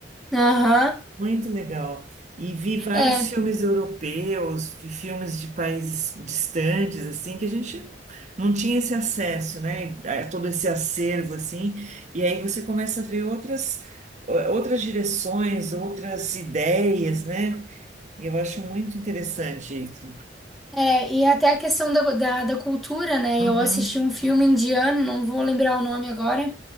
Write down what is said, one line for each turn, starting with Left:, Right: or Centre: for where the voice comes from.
Centre: Aham.
Right: Muito legal. E vi vários
Centre: É.
Right: filmes europeus, vi filmes de países distantes, assim, que a gente não tinha esse acesso, né? A todo esse acervo, assim. E aí você começa a ver outras, outras direções, outras ideias, né? E eu acho muito interessante isso.
Centre: É, e até a questão da, da, da cultura, né?
Right: Uhum,
Centre: Eu assisti um filme indiano, não vou lembrar o nome agora,